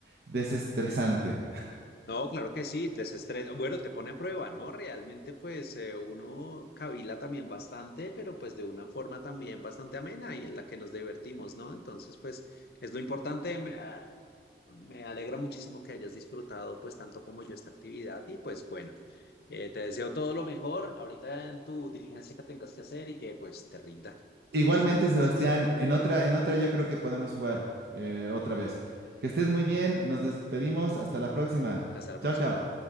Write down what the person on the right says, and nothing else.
desestresante.
Igualmente,
Sebastián, en otra, en otra yo creo que podemos jugar eh, otra vez. Que estés muy bien, nos despedimos, hasta la próxima.
Chao, chao.